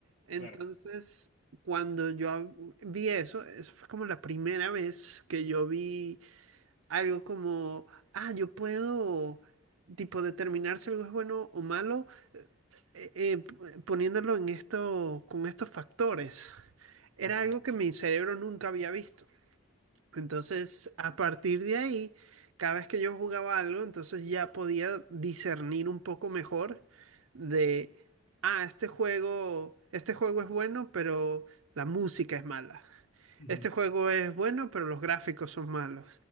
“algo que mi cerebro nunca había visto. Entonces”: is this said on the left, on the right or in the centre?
Right